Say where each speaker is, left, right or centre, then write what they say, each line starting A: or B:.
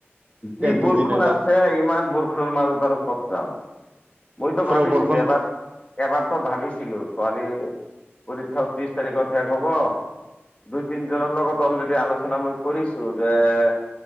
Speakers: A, on the left; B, on the right.
A: যি
B: এক দুদিন
A: বৰষুণ
B: এটা
A: আছে ইমান বৰষুণৰ মাজত আৰু ক'ত যাম? মইতো
B: পুৰা
A: ভাবিছিলো
B: বৰষুণ
A: এবাৰ,
B: দি
A: এবাৰতো ভাবিছিলো ছোৱালী পৰীক্ষা ত্ৰিছ তাৰিখত শেষ হ'ব দুই তিনিজনৰ লগত অলৰেডি আলোচনা মই কৰিছো যে-